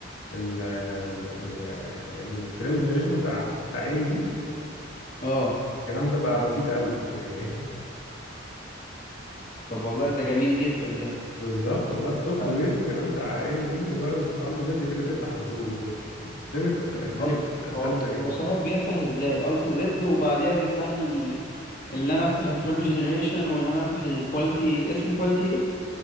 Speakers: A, on the left; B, on the left.
A: ال ال- الفريم جنريشن بتاع بتاع ام دي
B: اه
A: الكلام ده بقى بسيط قوي يعني
B: طب والله ده جميل جدا ده
A: <laughs> بالظبط والله السوفت
B: آه،
A: وير كمان بتاع ام دي مجرد ما تدوس الت زد كده بيفتح على طول وقيمه السلع الدنيا
B: قصد-
A: بقت
B: هو
A: سلسه جدا
B: هو صحيح بيفتح ازاي الت زد وبعديها بيفتح لي اللي انا افتح الفريم جنريشن وان انا افتح الكواليتي اسمه كواليتي ايه